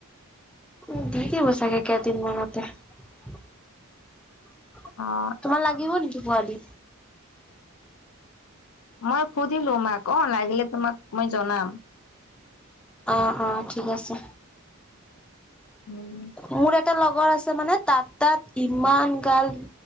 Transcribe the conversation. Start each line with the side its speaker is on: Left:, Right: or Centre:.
Centre: উ ধে ব চাকে কেইদিন মনতে <unintelligible>
Left: অ'।
Centre: তোমাৰ লাগিব নেকি পোৱালি?
Left: মই সুধিলো মাক অ লাগিলে তোমাক মই জনাম।
Centre: অ অ ঠিক আছে
Left: উম,
Centre: মোৰ এটা লগৰ আছে মানে তাত তাত ইমান গাল